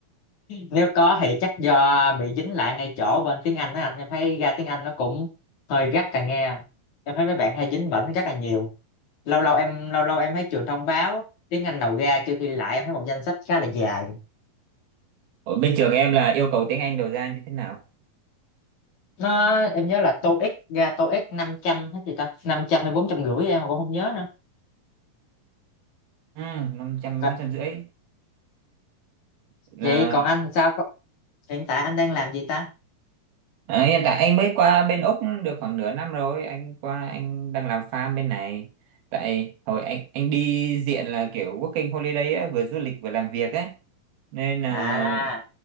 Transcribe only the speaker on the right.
Ở bên trường em là yêu cầu tiếng Anh đầu ra như thế nào?
Ừ, năm trăm
bốn trăm rưỡi là
Ờ, hiện tại anh mới qua bên Úc được khoảng nửa năm rồi anh qua anh đang làm farm bên này tại hồi anh anh đi diện là kiểu working holiday ấy, vừa du lịch vừa làm việc ấy nên là